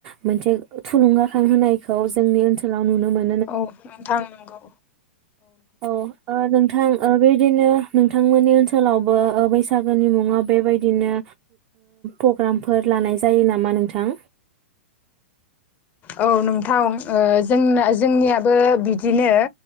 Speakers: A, on the right; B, on the left.
A: मोनसे थुलुंगाखां होनाय खौ जोंनि ओनसोलाव नुनो मोनो
B: औ नोंथां नंगौ
A: औ ओ नोंथां ओ बेबिदिनो नोंथांमोननि ओनसोलावबो ओ बैसागोनि मुङाव बेबायदिनो पग्राम फोर लानाय जायो नामा नोंथां
B: औ नोंथां ओ जोंना जोंनियाबो बिदिनो